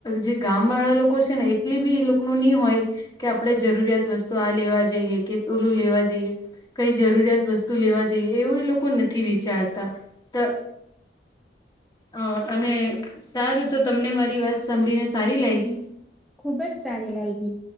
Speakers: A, on the left (about 25°); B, in the centre.
A: જે ગામ વાળા લોકો છે ને એટલી બી એ લોકો ની હોય કે આપણેે જરૂરિયાત વસ્તુ આ લેવા જઈએ કે ઓલું લેવા જઈએ. કઈ જરૂરિયાત વસ્તુ લેવા જઈએ એવું લોકો નથી વિચારતા તા હા અને સારું તો તમને મારી વાત સાંભળીને સારી લાગી
B: ખુબ જ સારી લાગી.